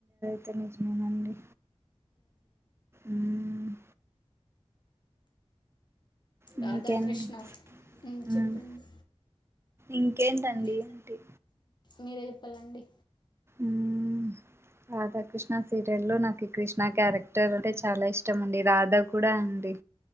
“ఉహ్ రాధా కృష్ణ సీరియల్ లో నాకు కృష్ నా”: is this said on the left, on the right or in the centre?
Right